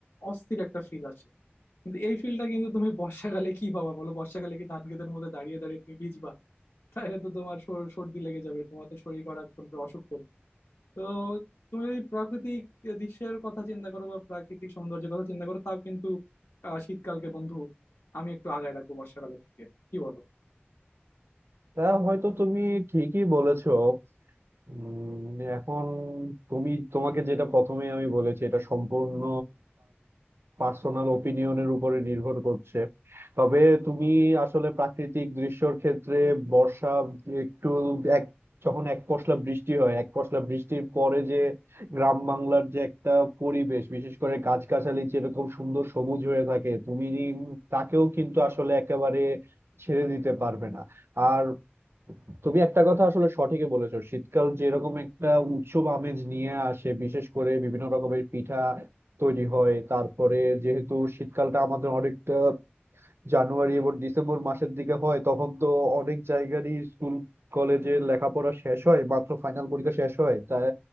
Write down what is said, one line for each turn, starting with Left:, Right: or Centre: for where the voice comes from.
Left: অস্থির একটা ফিল আসে কিন্তু এই ফিলটা কিন্তু তুমি বর্ষাকালে কি পাবা বলো বর্ষাকালে কি ধান ক্ষেতের মধ্যে দাঁড়িয়ে দাঁড়িয়ে তুমি ভিজবা তাহলে তো তোমার সর- সর্দি লেগে যাবে তোমার তো শরীর খারাপ করবে অসুখ করবে তো তুমি যদি প্রাকৃতিক দৃশ্যের কথা চিন্তা করো বা প্রাকৃতিক সৌন্দর্যের কথা চিন্তা করো তাও কিন্তু আহ, শীতকালকে বন্ধু আমি একটু আগায় রাখবো বর্ষাকালের থেকে কি বলো
Right: তা হয়তো তুমি ঠিকই বলেছো উম, এখন তুমি তোমাকে যেটা প্রথমে আমি বলেছি এটা সম্পূর্ণ পার্সোনাল ওপিনিয়নের উপরে নির্ভর করছে তবে তুমি আসলে প্রাকৃতিক দৃশ্যর ক্ষেত্রে বর্ষা একটু এক যখন এক পশলা বৃষ্টি হয় এক পশলা বৃষ্টির পরে যে গ্রাম বাংলার যে একটা পরিবেশ বিশেষ করে গাছগাছালি যেরকম সুন্দর সবুজ হয়ে থাকে তুমি তাকেও কিন্তু আসলে একেবারে ছেড়ে দিতে পারবে না আর তুমি একটা কথা আসলে সঠিকই বলেছো শীতকাল যেরকম একটা উৎসব আমেজ নিয়ে আসে বিশেষ করে বিভিন্ন রকমের পিঠা তৈরি হয় তারপরে যেহেতু শীতকালটা আমাদের অনেকটা জানুয়ারি এবং ডিসেম্বর মাসের দিকে হয় তখন তো অনেক জায়গারই স্কুল কলেজে লেখাপড়া শেষ হয় মাত্র ফাইনাল পরীক্ষা শেষ হয় তাই